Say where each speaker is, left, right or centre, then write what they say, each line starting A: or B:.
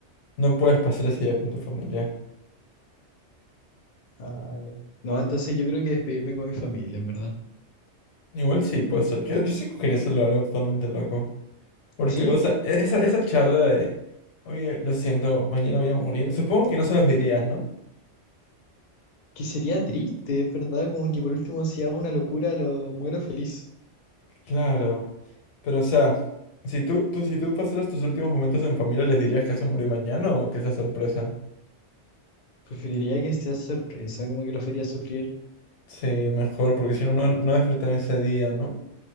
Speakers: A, on the left; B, on the left.
A: no puedes pasar ese día con tu familia.
B: Ah, ya. No, entonces yo creo que despedirme con mi familia, en verdad.
A: Igual sí, puede ser. Yo, yo sí escogería hacerlo algo totalmente loco. Porque,
B: Sí,
A: o sea, esa, esa charla de, oye, lo siento, mañana voy a morir. Supongo que no se los dirías, ¿no?
B: que sería triste, es verdad, como que por último si hago una locura lo muero feliz.
A: Claro. Pero, o sea, si tú, tú, si tú pasaras tus últimos momentos en familia, ¿les dirías que vas a morir mañana o que esa sorpresa?
B: Preferiría que sea sorpresa, como que lo fería sufrir.
A: Sí, mejor, porque si no, no, no despertan ese día, ¿no?